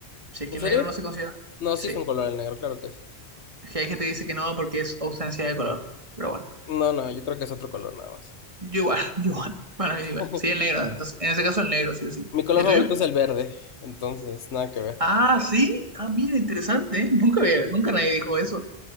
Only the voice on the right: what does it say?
Si es que
el
negro no se considera.
Sí.
Es que hay gente que dice que no porque es ausencia de color. Pero bueno.
Yo igual, <laughs> yo igual. Para mí igual.
Sí, el negro. Entonces, en ese caso el negro, sí o sí.
¿Y el
tuyo?
Ah, sí. Ah, mira, interesante. ¿eh? Nunca había- nunca nadie dijo eso.